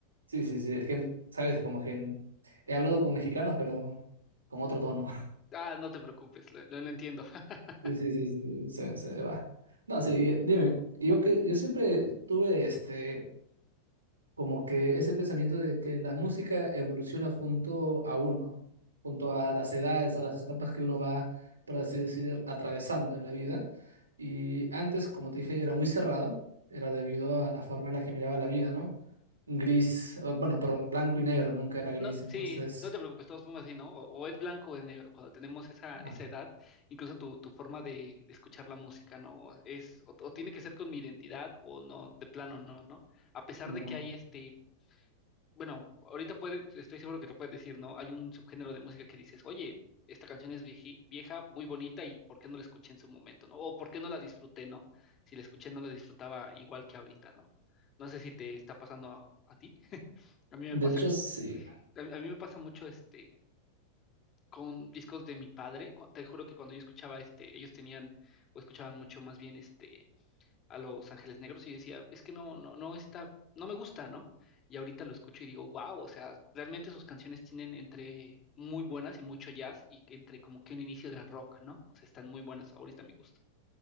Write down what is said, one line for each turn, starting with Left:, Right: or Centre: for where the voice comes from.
Right: Sí, sí, sí. Es que, sabes, como que he hablado con mexicanos, pero con otro tono.
Left: Ah, no te preocupes, lo, lo- lo entiendo. <laughs>
Right: Sí, sí, sí, sí, se, se me va. No, sí, y- dime, yo que yo siempre tuve este como que ese pensamiento de que la música evoluciona junto a uno, junto a las edades, a las etapas que uno va, por así decir, atravesando en la vida. Y antes, como te dije, era muy cerrado, era debido a la forma en la que miraba la vida, ¿no? Gris, eh, bueno, perdón, blanco y negro, nunca era gris,
Left: No,
Right: entonces,
Left: sí, no te preocupes, todos somos así, ¿no? O, o es blanco o es negro. Cuando tenemos esa, esa
Right: ah,
Left: edad, incluso tu, tu forma de, de escuchar la música, ¿no? Es, o, o tiene que ser con mi identidad o no, de plano no, ¿no? A pesar
Right: no.
Left: de que hay este Bueno, ahorita puede, estoy seguro que lo puedes decir, ¿no? Hay un subgénero de música que dices, oye, esta canción es vieji- vieja, muy bonita, y ¿por qué no la escuché en su momento, ¿no? O ¿por qué no la disfruté, ¿no? Si la escuché, no la disfrutaba igual que ahorita, ¿no? No sé si te está pasando a, a ti. <laughs> A mí me
Right: De
Left: pasa,
Right: hecho, sí.
Left: a, a mí me pasa mucho este con discos de mi padre. Cu- Te juro que cuando yo escuchaba este, ellos tenían, o escuchaban mucho más bien este a Los Ángeles Negros y yo decía, es que no, no, no está, no me gusta, ¿no? Y ahorita lo escucho y digo, wow, o sea, realmente sus canciones tienen entre muy buenas y mucho jazz y entre como que un inicio de rock, ¿no? O sea, están muy buenas ahorita a mi gusto.